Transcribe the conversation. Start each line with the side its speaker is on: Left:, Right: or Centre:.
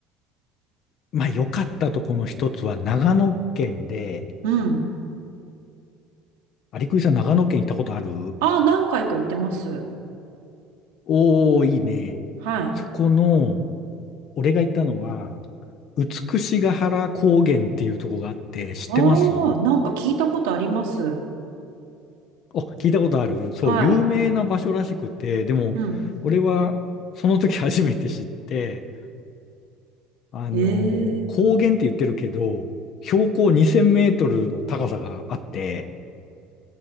Left: まあ良かったとこの一つは長野県で、
Right: うん。
Left: 有リクさん長野県行ったことある
Right: ああ、何回か行ってます。
Left: おー、いいね。
Right: はい。
Left: そこの、俺が行ったのは、美ヶ原高原っていうとこがあって、知ってます
Right: ああ、なんか聞いたことあります。
Left: お、聞いたことあるそう、
Right: はい。
Left: 有名な場所らしくて、でも、
Right: うん。
Left: 俺はその時 <laughs> 初めて知って、あのー高原って言ってるけど、
Right: ええ、
Left: 標高2000メートルの高さがあって、